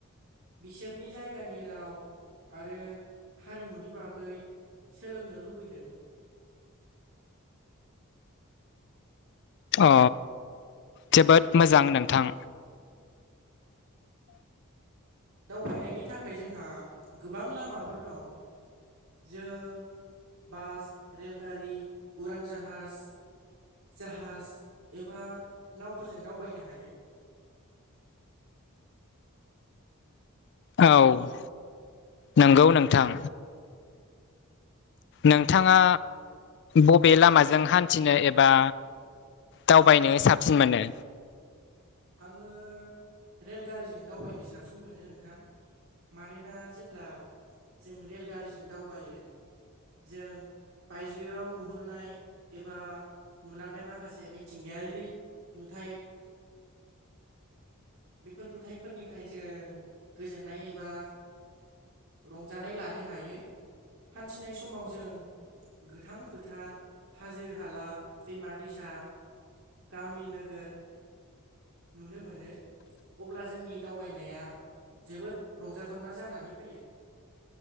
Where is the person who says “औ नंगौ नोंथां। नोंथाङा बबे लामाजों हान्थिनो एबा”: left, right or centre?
Left